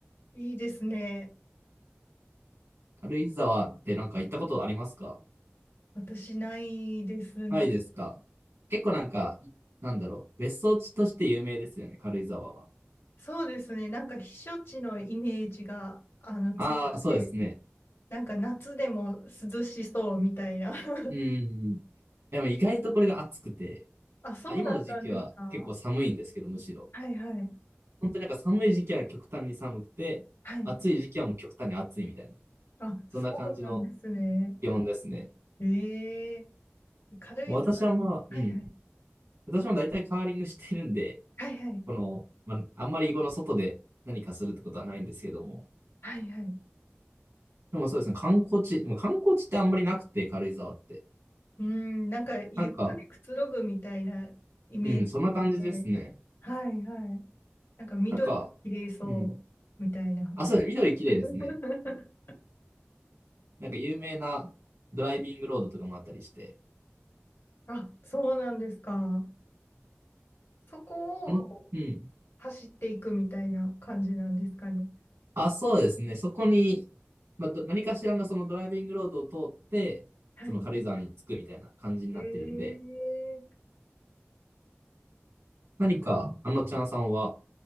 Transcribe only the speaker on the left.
いいですね。
私ないですね。
そうですね。なんか避暑地のイメージがあの強くて、
なんか夏でも涼しそうみたいな。<laughs>
あ、そうだったんですか
はいはい。
はい。
あ、
そうなんですね。
ええ軽井沢。
はいはい。
はいはい。
はいはい。
うん、なんかゆっくりくつろぐみたいなイメージですね。
はいはい。なんか緑が綺麗そうみたいな。
<laughs>
あ、そうなんですか。そこをこう
走っていくみたいな感じなんですかね。
はい。
ええ